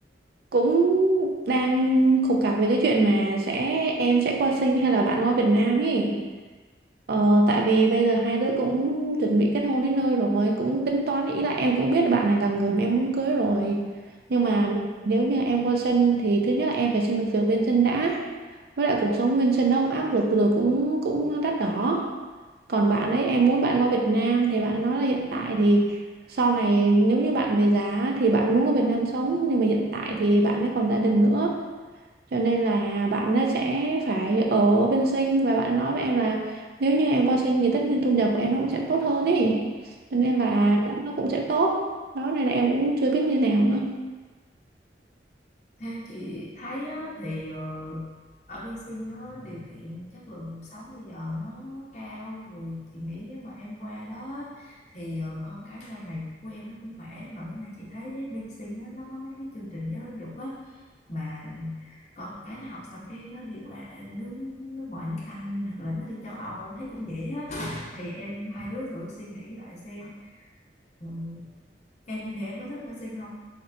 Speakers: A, on the right (about 60°); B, on the left (about 40°).
A: cũng đang khúc mắc về cái chuyện mà sẽ em sẽ qua sinh hay là bạn qua Việt Nam ý. Ờ, tại vì bây giờ hai đứa cũng chuẩn bị kết hôn đến nơi rồi cũng tính toán ý là em cũng biết là bạn này là người mà em muốn cưới rồi nhưng mà
B: Ừ.
A: nếu như em qua sân thì thứ nhất là em phải xin được việc bên sân đã với lại cuộc sống bên sân nó cũng áp lực rồi cũng cũng đắt đỏ còn bạn ấy em muốn bạn qua Việt Nam thì bạn nói là hiện tại thì sau này nếu như bạn về giá thì bạn muốn qua Việt Nam sống nhưng mà hiện tại thì bạn ấy còn gia đình nữa cho nên là bạn ấy sẽ phải ở bên sinh và bạn nói với em là nếu như em qua sinh thì tất nhiên thu nhập của em nó cũng sẽ tốt hơn ý cho nên là
B: Ờ
A: nó nó cũng sẽ tốt đó này là em cũng chưa biết như nào nữa
B: Theo chị thấy á, thì ờ, ở bên Sinh á, điều kiện chất lượng cuộc sống bây giờ nó cao rồi chị nghĩ nếu mà em qua đó á, thì ờ, con cái sau này của em nó cũng khỏe mà bữa nay chị thấy bên Sinh á, nó có mấy cái chương trình giáo dục á mà con cái nó học xong cái nó đi qua nước nước ngoài nước Anh hoặc là nó đi châu Âu thấy cũng dễ á thì em hai đứa thử suy nghĩ lại xem Ừ, em thì em có thích qua Sinh không?